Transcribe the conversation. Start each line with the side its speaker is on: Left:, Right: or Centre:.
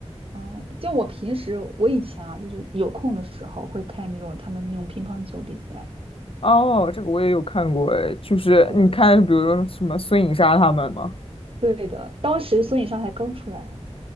Right: 嗯，就我平时我以前啊，就是有空的时候会看那种他们那种乒乓球比赛。
Left: 哦，这个我也有看过，哎，就是你看，
Right: 对，
Left: 比如说什么孙颖莎他们吗？
Right: 对的，当时孙颖莎才刚出来，